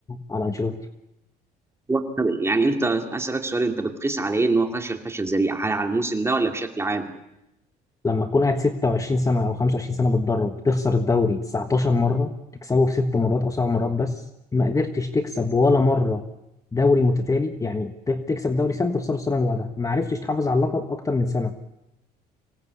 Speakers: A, on the left; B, on the right.
A: على أنشيلوتي
B: هو أنت- يعني انت اسالك سؤال انت بتقيس على ايه ان هو فشل فشل ذريع هل على الموسم ده ولا بشكل عام
A: لما تكون قاعد 26 سنة أو 25 سنة بتدرب بتخسر الدوري 19 مرة تكسبه في ست مرات أو سبع مرات بس ما قدرتش تكسب ولا مرة دوري متتالي يعني ت- تكسب دوري سنة تخسره السنة اللي بعدها ما عرفتش تحافظ على اللقب أكتر من سنة